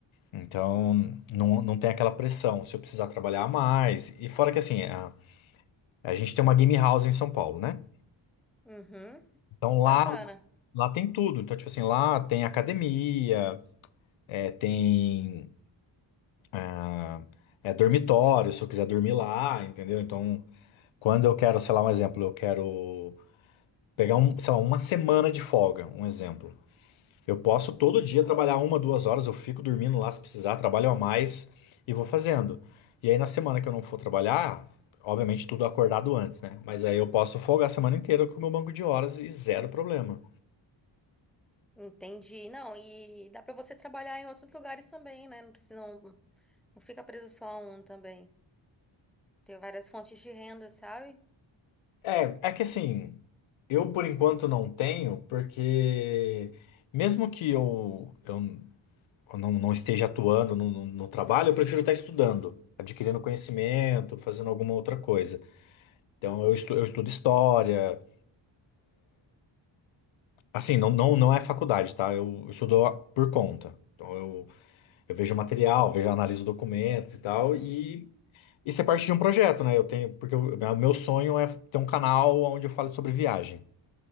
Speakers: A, on the left; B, in the centre.
A: Então, não, não tem aquela pressão se eu precisar trabalhar mais. E fora que assim, a, a gente tem uma game house em São Paulo, né?
B: Uhum,
A: Então
B: bacana.
A: lá. Lá tem tudo. Então, tipo assim, lá tem academia, é, tem ah, é, dormitório, se eu quiser dormir lá, entendeu? Então, quando eu quero, sei lá, um exemplo, eu quero pegar, um, sei lá, uma semana de folga, um exemplo. Eu posso todo dia trabalhar uma, duas horas, eu fico dormindo lá se precisar, trabalho a mais e vou fazendo. E aí, na semana que eu não for trabalhar, obviamente tudo acordado antes, né? Mas aí eu posso folgar a semana inteira com o meu banco de horas e zero problema.
B: Entendi. Não, e dá para você trabalhar em outros lugares também, né? Não precisa, não, não fica preso só a um também. Tem várias fontes de renda, sabe?
A: É, é que assim, eu por enquanto não tenho, porque mesmo que eu, eu, eu não, não esteja atuando no, no- no trabalho, eu prefiro estar estudando, adquirindo conhecimento, fazendo alguma outra coisa. Então eu, estu, eu estudo história, assim, não, não, não é faculdade, tá? Eu, eu estudo por conta. Então eu, eu vejo material, vejo, analiso documentos e tal, e isso é parte de um projeto, né? Eu tenho, porque o meu sonho é ter um canal onde eu falo sobre viagem.